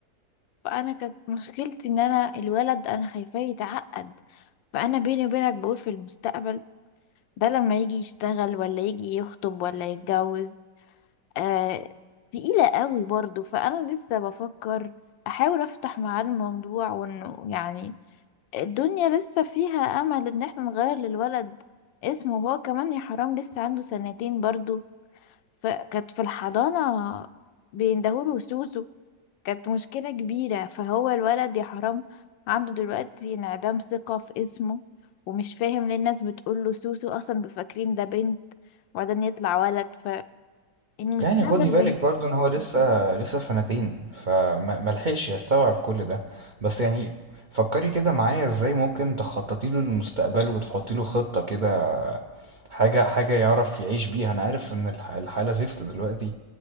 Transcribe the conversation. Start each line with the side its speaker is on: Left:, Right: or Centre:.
Left: فانا كانت مشكلتي ان انا الولد انا خايفاه يتعقد فانا بيني وبينك بقول في المستقبل ده لما يجي يشتغل ولا يجي يخطب ولا يتجوز آه تقيلة قوي برضو فأنا لسه بفكر أحاول أفتح معاه الموضوع وإنه يعني الدنيا لسه فيها امل ان احنا نغير للولد اسمه هو كمان يا حرام لسه عنده سنتين برضو فكانت في الحضانة بيندهوله سوسو كانت مشكلة كبيرة فهو الولد يا حرام عنده دلوقتي انعدام ثقة في اسمه ومش فاهم ليه الناس بتقوله سوسو اصلا بفاكرين ده بنت وبعدين يطلع ولد فالمستقبل
Right: يعني خدي بالك برضو ان هو لسه لسه سنتين فملحقش يستوعب كل ده بس يعني فكري كده معايا ازاي ممكن تخططي له للمستقبل وتحطي له خطة كده حاجة حاجة يعرف يعيش بيها انا عارف ان الح- الحالة زفت دلوقتي